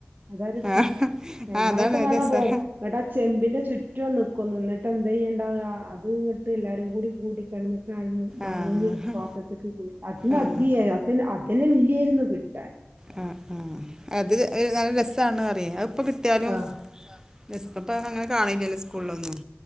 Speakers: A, on the right (about 45°); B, on the right (about 15°).
A: അതാ രസം
B: ആഹ്
A: രണ്ടാം
B: ആഹ് അതാണ്
A: വട്ടം വാങ്ങാൻ
B: രസാ
A: പോവും എന്നട്ട് ആ ചെമ്പിന്റെ ചുറ്റും നിക്കുന്നു എന്നിട്ട് എന്തെയ്യണ്ടാക അത് ഇങ്ങോട്ട് എല്ലാരും കൂടി കൂടിക്കെടന്ന് കെടന്ന് മറിഞ്ഞ്
B: ആഹ്
A: പാത്രത്തിക്ക് പോയി അത് മതിയ
B: ആഹ്
A: അതിൽ അതില് ഇല്ല്യാരുന്നു കിട്ടാൻ
B: ആ നല്ല രസാണ് ന്ന് അറിയാം കിട്ടിയാലും
A: ആഹ്
B: ഇപ്പം അങ്ങനെ കാണിക്കല്ല് സ്കൂളിലൊന്നും